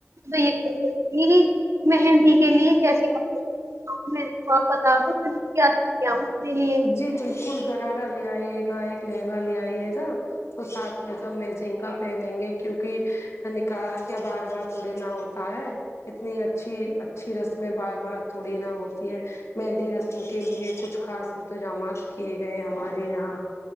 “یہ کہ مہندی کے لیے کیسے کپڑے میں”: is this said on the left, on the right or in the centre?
Right